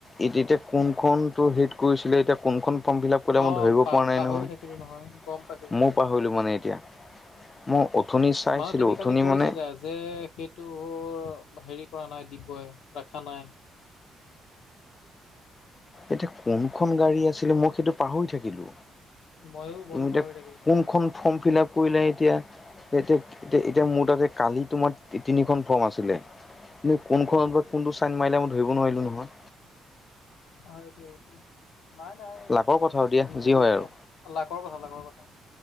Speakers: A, on the left; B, on the left.
A: এতি এতিয়া কোনখন টো হেৰিত কৰিছিলে এতিয়া কোনখন ফৰ্ম ফিলাপ একোটা
B: অ',
A: মই ধৰিব
B: পা
A: পৰা নাই
B: পাহৰি
A: নহয়
B: থাকিলোঁ গম পাইছোঁ, গম
A: ময়ো
B: পাইছোঁ।
A: পাহৰিলো মানে এতিয়া মই অথনি চাইছিলো
B: মানে তুমি
A: অথনি
B: কালি কৈছিলা
A: মানে
B: যে সেইটো হেৰি কৰা নাই দিব্যই ৰাখা নাই
A: এতিয়া কোনখন গাড়ী আছিলে মই সেইটো পাহৰি থাকিলো
B: ময়ো,
A: তুমি
B: ময়ো
A: এতিয়া
B: পাহৰি থাকিলোঁ নহয়।
A: কোনখন ফৰ্ম ফিলাপ কৰিলা এতিয়া এতিয়া এতা
B: উম,
A: এতিয়া মোৰ তাতে কালি তোমাৰ তিন তিনিখন ফৰ্ম আছিলে তুমি কোনখনত
B: গম পাইছোঁ।
A: বা কোনটো চাইন মাৰিলা মই ধৰিব নোৱাৰিলো নহয়
B: হয়টো এইটো নাই নাই
A: লাকৰ কথা আৰু দিয়া
B: উ হেৰি
A: যি হয়
B: দিয়া
A: আৰু
B: লাকৰ কথা লাকৰ কথা